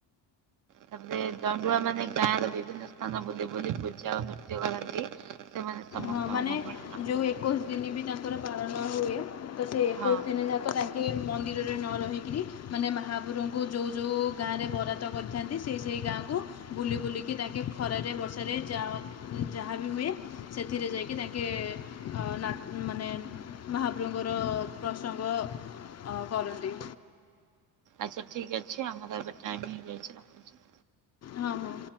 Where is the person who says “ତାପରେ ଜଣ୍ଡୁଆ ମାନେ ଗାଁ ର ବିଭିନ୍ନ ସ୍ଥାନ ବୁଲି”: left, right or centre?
Right